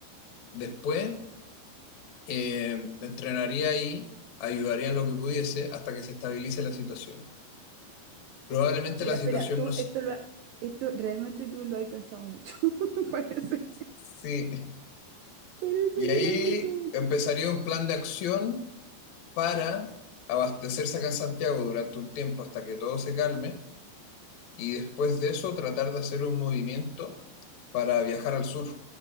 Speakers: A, on the left; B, on the right.
A: Después, eh, entrenaría ahí, ayudaría en lo que pudiese hasta que se estabilice la situación. Probablemente
B: Espera,
A: la situación
B: espera. Tú
A: no... s-
B: esto lo ha- esto realmente tú lo has pensado mucho. <laughs> Parece,
A: Sí.
B: parece
A: Y
B: que
A: ahí
B: lo has pensado mucho.
A: empezaría un plan de acción para abastecerse acá en Santiago durante un tiempo hasta que todo se calme y después de eso tratar de hacer un movimiento para viajar al sur,